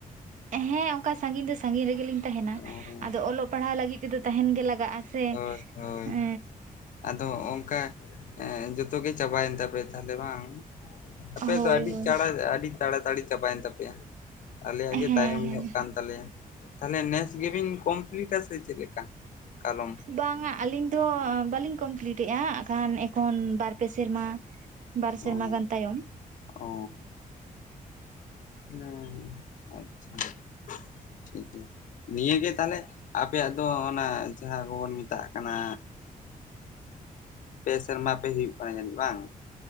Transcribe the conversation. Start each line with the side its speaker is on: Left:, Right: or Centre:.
Right: ᱦᱮᱸ ᱚᱱᱠᱟ ᱥᱟᱺᱜᱤᱧ ᱫᱚ ᱥᱟᱺᱜᱤᱧ ᱨᱮᱜᱮᱞᱤᱧ ᱛᱟᱦᱮᱱᱟ
Left: ᱚ
Right: ᱟᱫᱚ ᱚᱞᱚᱜ ᱯᱟᱲᱦᱟᱜ ᱞᱟᱹᱜᱤᱫᱼᱼ ᱛᱮᱫᱚ ᱛᱟᱦᱮᱱ ᱜᱮ ᱞᱟᱜᱟᱜᱼᱟ ᱥᱮ
Left: ᱦᱳᱭ ᱦᱳᱭ
Right: ᱮᱼᱼ
Left: ᱟᱫᱚ ᱚᱱᱠᱟ ᱮ ᱡᱚᱛᱚ ᱜᱮ ᱪᱟᱵᱟᱭᱮᱱ ᱛᱟᱯᱮᱭᱟ ᱛᱟᱦᱞᱮ ᱵᱟᱝ? ᱟᱯᱮ
Right: ᱦᱳᱭ
Left: ᱫᱚ ᱟᱹᱰᱤ
Right: ᱦᱳᱭ
Left: ᱪᱟᱬᱟ ᱟᱹᱰᱤᱼᱼ ᱛᱟᱲᱟᱛᱟᱲᱤ ᱪᱟᱵᱟᱭᱮᱱ ᱛᱟᱯᱮᱭᱟ ᱟᱞᱮᱭᱟᱜ ᱜᱮ
Right: ᱦᱮᱸ
Left: ᱛᱟᱭᱚᱢ
Right: ᱦᱮᱸ
Left: ᱧᱚᱜ ᱠᱟᱱᱼᱼ ᱛᱟᱞᱮᱭᱟ ᱛᱟᱞᱮ ᱱᱮᱥ ᱜᱮᱵᱤᱱ ᱠᱚᱢᱯᱞᱤᱴᱟ ᱥᱮ ᱪᱮᱫ ᱞᱮᱠᱟ ᱠᱟᱞᱚᱢ
Right: ᱵᱟᱝᱼᱟ ᱟᱹᱞᱤᱧ ᱫᱚ ᱵᱟᱞᱤᱧ ᱠᱚᱢᱯᱞᱤᱴ ᱮᱜᱼᱟ ᱟᱠᱷᱚᱱ ᱮᱠᱷᱚᱱ ᱵᱟᱨ ᱯᱮ ᱥᱮᱨᱢᱟ ᱵᱟᱨ ᱥᱮᱨᱢᱟ
Left: ᱚ
Right: ᱜᱟᱱ ᱛᱟᱭᱚᱢ
Left: ᱚ ᱤᱱᱟᱹ ᱟᱪᱪᱷᱟ ᱴᱷᱤᱠ ᱜᱮᱭᱟ ᱱᱤᱭᱟᱹ ᱜᱮ ᱛᱟᱦᱞᱮ ᱟᱯᱮᱭᱟᱜ ᱫᱚ ᱚᱱᱟ ᱡᱟᱦᱟᱸ ᱠᱚᱵᱚᱱ ᱢᱮᱛᱟᱜ ᱠᱟᱱᱟ ᱯᱮ ᱥᱮᱨᱢᱟ ᱯᱮ ᱦᱩᱭᱩᱜ ᱠᱟᱱᱟ ᱡᱟᱹᱱᱤᱡ ᱵᱟᱝ